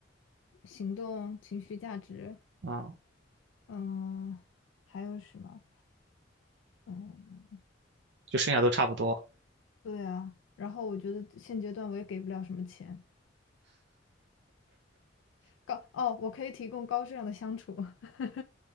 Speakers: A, on the left; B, on the right.
A: 行动、情绪价值，
B: 嗯
A: 嗯、还有什么？嗯，
B: 就剩下都差不多。
A: 对啊。然后我觉得现阶段我也给不了什么钱，高哦，我可以提供高质量的相处，<laughs>